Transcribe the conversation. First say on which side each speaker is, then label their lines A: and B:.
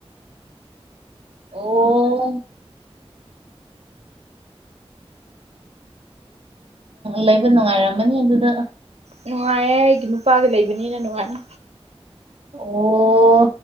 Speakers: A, on the right; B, on the right.
A: ꯑꯣ ꯂꯩꯕ ꯅꯨꯡꯉꯥꯏꯔꯝꯃꯅꯤ ꯑꯗꯨꯗ
B: ꯅꯨꯡꯉꯥꯏꯌꯦ ꯑꯩꯒꯤ ꯅꯨꯄꯥꯒ ꯂꯩꯕꯅꯤꯅ ꯅꯨꯡꯉꯥꯏ
A: ꯑꯣ